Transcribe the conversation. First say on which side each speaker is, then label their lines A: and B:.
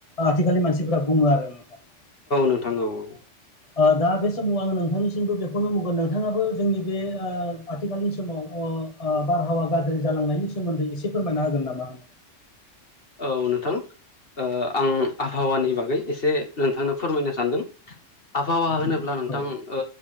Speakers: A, on the left; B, on the left.
A: आथिखालनि मानसिफ बुङो आरो नोंथां ।
B: नोंथां औ औ
A: आ दा बे सोमुआ आङो नोंथांनिसिमबो बेखौनो बुंगोन नोंथाङाबो जोंनि बे ओ आथिखालनि समाव अ बारहावा गाज्रि जालांनायनि सोमोन्दै एसे फोरमायना होगोन नामा?
B: औ नोंथां ओ आं आहावानि बागै एसे नोंथांनो फोरमायनो सानदों आफावा होनोब्ला नोंथां
A: औ
B: ओ